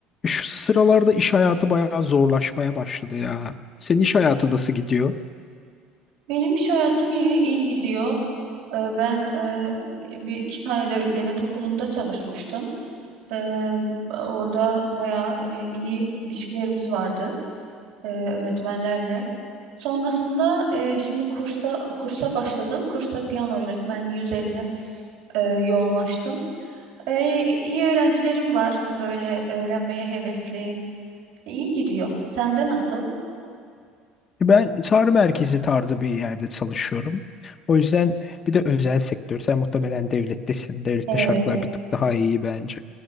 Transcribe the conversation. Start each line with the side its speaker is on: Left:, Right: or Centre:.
Left: Şu sıralarda iş hayatı bayağı zorlaşmaya başladı ya. Senin iş hayatı nasıl gidiyor?
Right: Benim iş hayatım iyi, iyi gidiyor. Ee, Ben e, bir iki tane de, devlet okulunda çalışmıştım. Ee, orada bayağı e, iyi ilişkilerimiz vardı e, öğretmenlerle. Sonrasında e, şimdi kursa kursa başladım. Kursta piyano öğretmenliği üzerine e, yoğunlaştım. E, iyi öğrencilerim var, böyle öğrenmeye hevesli. İyi gidiyor. Sende nasıl?
Left: Ben çağrı merkezi tarzı bir yerde çalışıyorum. O yüzden bir de özel sektör. Sen muhtemelen devlettesin. Devlette
Right: Evet.
Left: şartlar bir tık daha iyi bence.